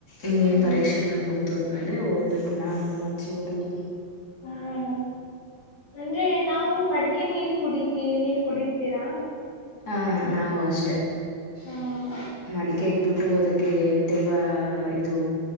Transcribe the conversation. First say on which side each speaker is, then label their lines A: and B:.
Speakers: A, on the left; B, on the left.
A: ಇನ್ನೇನ್
B: ಹ್ಮ್
A: ಪರೀಕ್ಷೆಗಳು ಮುಗ್ದೋದ್ಮೇಲೆ ಹೋಗ್ಬೇಕು ನಾನು ನಮ್ಮ ಅಜ್ಜಿಯವರೂರಿಗೆ
B: ಹ್ಮ ಅಂದ್ರೆ ನಾವು ಮಡ್ಕೆ ನೀರ್ ಕುಡಿತೀವಿ ನೀವ್ ಕುಡಿತೀರಾ
A: ಹಾ ನಾವು ಅಷ್ಟೇ
B: ಹ್ಮ್
A: ಮಡಿಕೆ ಬಿಟ್ಟುದಕ್ಕೆ ತೇವಾ ಇದು